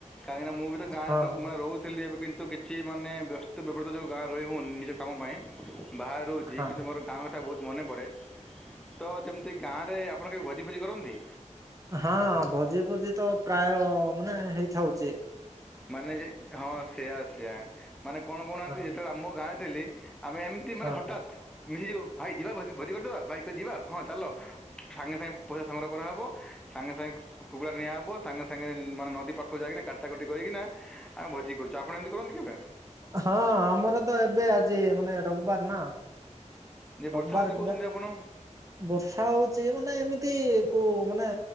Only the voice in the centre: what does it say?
କାହିଁକିନା ମୁଁ ବି ତ ଗାଁରେ
ମାନେ ରହୁ ଥିଲି। ଏବେ କିନ୍ତୁ କିଛି ମାନେ ବ୍ୟସ୍ତ ବିବ୍ରତ ଯୋଉ ଗାଁରେ ରହିହୋଉନି ନିଜ କାମ ପାଇଁ ବାହା ରହୁଚି।
କିନ୍ତୁ ମୋର ଗାଁ କଥା ବହୁତ୍ ମନେ ପଡ଼େ। ତ ତେମିତି ଗାଁ ରେ ଆପଣ କେବେ ଭୋଜି ଫୋଜି କରନ୍ତି?
ମାନେ ଯେ ହଁ ସେଇଆ ସେଇଆା ମାନେ କଣ କହୁନାହାନ୍ତି
ଯେତେବେଳେ ଆମ ଗାଁରେ ଥିଲି ଆମେ ଏମ୍ ମାନେ
ହଠାତ୍ ମିଶିଯିବ ଭାଇ ଯିବା ଭୋଜି କରିଦବା ଭାଇ ଯିବା ହଁ ଚାଲ। ସାଙ୍ଗେ ସାଙ୍ଗେ ପଇସା ସଂଗ୍ରହ କରାହବ। ସାଙ୍ଗେ ସାଙ୍ଗେ କୁକୁଡା ନିଆ ହବ ସାଙ୍ଗେ ସାଙ୍ଗେ ମାନେ ନଦୀ ପାଖକୁ ଯାଇକିନା କାଟା କଟି କରିକି ନା ଆ ଭୋଜି କରୁଚୁ। ଆପଣ ଏମିତି କରନ୍ତି କେବେ?
ଯେ
ବର୍ଷା ହେଉଛି କହୁଛନ୍ତି ଆପଣ